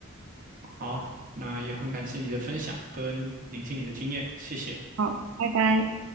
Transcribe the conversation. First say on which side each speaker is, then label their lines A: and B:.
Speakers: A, on the right; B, on the right.
A: 好，那也很感谢你的分享跟聆听你的经验，谢谢。
B: 好，拜拜。